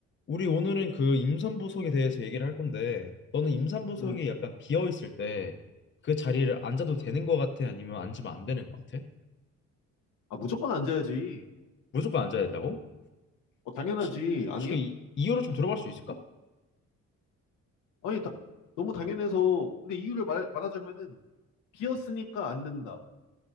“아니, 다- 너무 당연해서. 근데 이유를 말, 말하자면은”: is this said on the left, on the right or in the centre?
Left